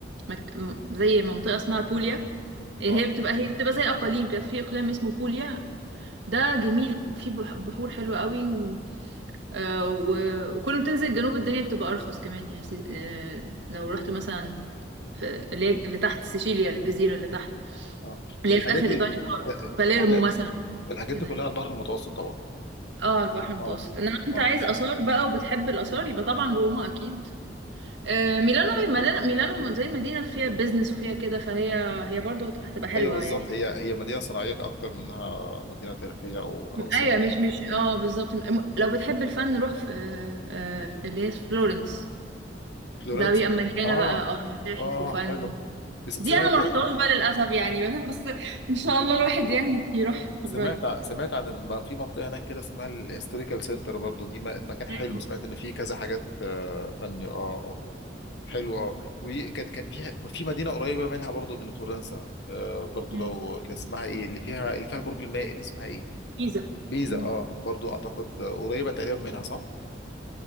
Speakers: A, on the right; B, on the left.
A: مك... م- زي منطقه اسمها بوليا هي
B: اه
A: بتبقى هي بتبقى زي اقاليم كده في اقليم اسمه بوليا ده جميل في بح- بحور حلوه قوي آه، و- وكل ما تنزل الجنوب الدنيا بتبقى ارخص كمان يعني سي- آه، لو رحت مثلا في اللي هي اللي تحت سيشيليا الجزيره اللي تحت
B: اه
A: اللي
B: الحاجات
A: هي في اخر
B: دي
A: ايطاليا خالص
B: آه،
A: باليرمو
B: الحاجات
A: مثلا
B: الحاجات
A: كده
B: دي كلها
A: يعني
B: على البحر المتوسط طبعا
A: اه البحر المتوسط
B: اه
A: انما انت
B: اه
A: عايز اثار بقى وبتحب الاثار يبقى طبعا روما اكيد آه، ميلانو هي ميلانو ميلانو زي مدينه فيها بيزنس وفيها كده فهي هي برضو هتبقى حلوه
B: ايوه بالظبط
A: يعني
B: هي هي مدينه صناعيه اكتر منها مدينه تاريخيه او او سياحه
A: ايوه مش مش اه بالظبط م- لو بتحب الفن روح في آه، آه، اللي هي في فلورنس
B: فلورنسا
A: ده بيبقى مليانه
B: اه
A: بقى اه متاحف
B: اه
A: وفن
B: حلو س-
A: دي
B: سمعت
A: انا ما رحتهاش بقى للاسف يعني <laughs> بس ان شاء الله الواحد يعني يروح قريب
B: سمعت سمعت عن الم... في منطقه هناك كده اسمها الهيستوريكال سنتر برضو دي م- مكان حلو
A: مم.
B: سمعت ان فيه كذا حاجات آه، فني اه و... حلو اه وكان كان في في مدينه قريبه منها برضو من فلورنسا آه برضو
A: مم.
B: لو كان اسمها ايه اللي فيها اللي فيها البرج المائل اسمها ايه
A: جيزه
B: بيزا
A: مم.
B: اه برضو اعتقد قريبه تقريبا منها صح